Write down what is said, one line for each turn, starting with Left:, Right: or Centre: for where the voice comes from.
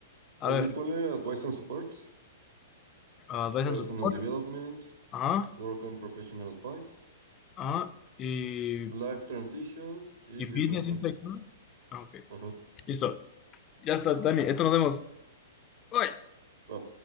Left: A
Right: Así
Left: ver,
Right: ponle Advice and Support,
Left: ah, Advice
Right: Personal
Left: and Support.
Right: Development,
Left: Ajá,
Right: Work and Professional Advice,
Left: ajá. Y,
Right: Life Transitions y
Left: y
Right: Business
Left: Business
Right: Insights.
Left: Insights, ¿no? Ah, ok.
Right: Ajá.
Left: Listo. Ya está, Dani. Esto nos vemos. Bye.
Right: Va.